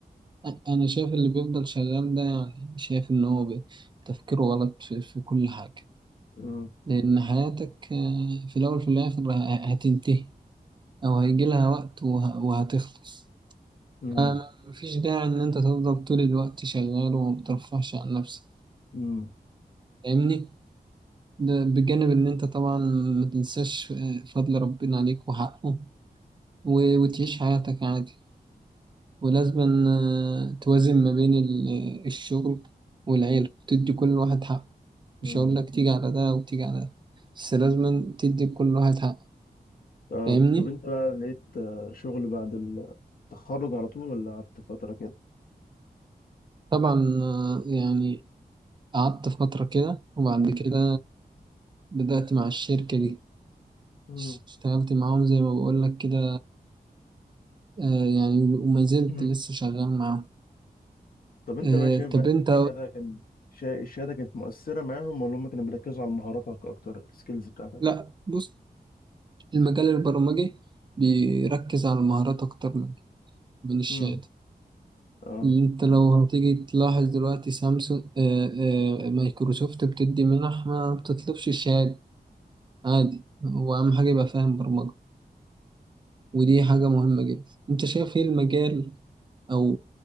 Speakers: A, on the right; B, on the left.
A: أنا شايف اللي بيفضل شغال ده يعني شايف إن هو بي- تفكيره غلط في, في كل حاجة
B: مم.
A: لأن حياتك آه، في الأول في الآخر ه- هتنتهي أو هيجي لها وقت وه- وهتخلص
B: مم.
A: آه، مفيش داعي إن أنت تفضل طول الوقت شغال وما بترفهش عن نفسك
B: مم.
A: فاهمني؟ ده بجانب إن أنت طبعا ما تنساش آه، فضل ربنا عليك وحقه و- وتعيش حياتك عادي. ولازم توازن ما بين ال- آه، الشغل والعيلة تدي كل واحد حقه مش
B: مم.
A: هقول لك تيجي على ده وتيجي على ده بس لازم تدي كل واحد حقه
B: طب
A: فاهمني
B: طب انت بقى لقيت آه، شغل بعد التخرج على طول ولا قعدت فترة كده؟
A: طبعا آه، يعني قعدت فترة كده وبعد كده بدأت مع الشركة دي
B: مم.
A: اشتغلت معاهم زي ما بقول لك كده آه، يعني وما زلت
B: مم.
A: لسه شغال معاهم
B: طب انت
A: آه،
B: بقى شايف
A: طب
B: بقى
A: انت
B: الشهادة كان شا- الشهادة كانت مؤثرة معاهم ولا هم كانوا بيركزوا على مهاراتك أكتر السكيلز بتاعتك؟
A: لا بص المجال البرمجي بيركز على المهارات اكتر من من الشهادة
B: مم. اه
A: انت لو هتيجي تلاحظ دلوقتي سامسونج آه، آه، مايكروسوفت بتدي منح ما بتطلبش الشهادة عادي هو أهم حاجة يبقى فاهم برمجة ودي حاجة مهمة جدا انت شايف ايه المجال او